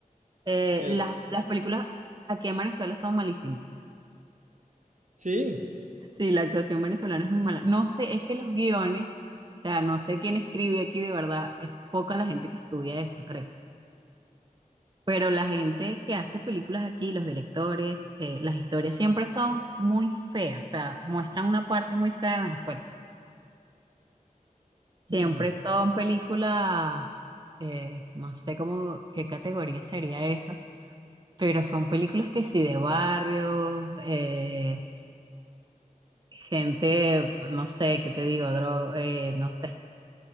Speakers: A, on the right (about 30°); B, on the right (about 60°).
A: Eh,
B: Él,
A: las, las películas aquí en Venezuela son malísimas.
B: sí,
A: Sí, la actuación venezolana es muy mala. No sé, es que los guiones, o sea, no sé quién escribe aquí de verdad. Es poca la gente que estudia eso, creo. Pero la gente que hace películas aquí, los directores, eh, las historias siempre son muy feas. O sea, muestran una parte muy fea de Venezuela. Siempre
B: mm,
A: son películas, eh, no sé cómo, qué categoría sería esa, pero son películas que sí de barrio, eh, gente, no sé, qué te digo, Dro- eh, no sé,